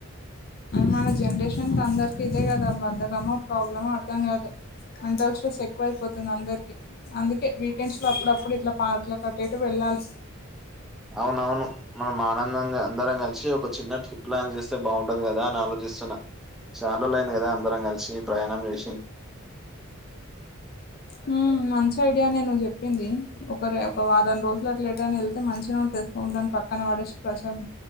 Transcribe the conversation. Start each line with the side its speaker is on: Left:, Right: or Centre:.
Left: మన జనరేషన్కి అందరికి ఇదే గదా. బద్దకమో, ప్రాబ్లమో అర్ధం కాదు. మెంటల్స్ట్రెస్ ఎక్కువైపోతుంది అందరికి, అందుకే వీకెండ్స్ లో అప్పుడప్పుడు ఇట్లా పార్క్ల అటుఇటు వెళ్ళాలి.
Centre: అవునవును మనం ఆనందంగా అందరం కలిసి ఒకచిన్న ట్రిప్ ప్లాన్ చేస్ స్తే‌ బావుంటది కదా అని ఆలోచిస్తున్నా. చాల్రో‌లుఅయింది కదా అందరం కలిశి, ప్రయాణం చేశి.
Left: హు మంచి ఐడియానే నువ్వుచెప్పింది. ఒకరొ ఒకవారం రోజులు అట్ల ఎటన్నా ఎళ్తే మంచిగనే ఉంటది. ఫోన్లన్నీ పక్కన పడేశి ప్రశాం